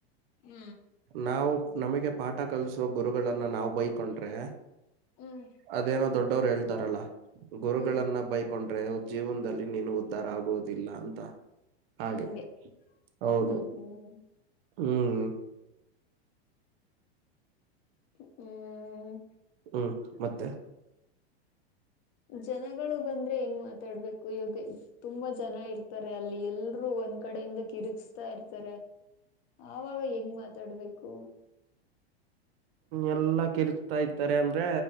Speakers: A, on the left; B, on the right.
A: ಹ್ಮ
B: ನಾವು ನಮಗೆ ಪಾಠ ಕಲ್ಸೋ ಗುರುಗಳನ್ನ ನಾವ ಬೈಕೊಂಡ್ರೆ
A: ಹ್ಮ್
B: ಅದೇನೋ ದೊಡ್ಡವರು ಹೇಳ್ತಾರಲ್ಲ ಗುರುಗಳನ್ನ
A: ಹ್ಮ್
B: ಬೈಕ್ ಕೊಂಡ್ರೆ ಜೀವನದಲ್ಲಿ ನೀನು ಉದ್ಧಾರ ಆಗುವುದಿಲ್ಲ ಅಂತ ಹಾಗೆ
A: ಹಂಗೆ
B: ಹೌದು
A: ಹ್ಮ್ ಹ್ಮ್
B: ಹ್ಮ
A: ಹ್ಮ
B: ಹ್ಮ್ ಮತ್ತೆ
A: ಜನಗಳು ಬಂದ್ರೆ ಹೆಂಗ್ ಮಾತಾಡ್ಬೇಕು ಇಗ ತುಂಬಾ ಜನ ಇರ್ತಾರೆ ಅಲ್ಲಿ ಎಲ್ರೂ ಒಂದ್ ಕಡೆಯಿಂದ ಕಿರಚತಾ ಇರ್ತಾರೆ. ಆವಾಗ ಹೆಂಗ್ ಮಾತಾಡ್ಬೇಕು.
B: ಎಲ್ಲಾ ಕಿರಚ್ತಾ ಇತಾರೆ ಅಂದ್ರೆ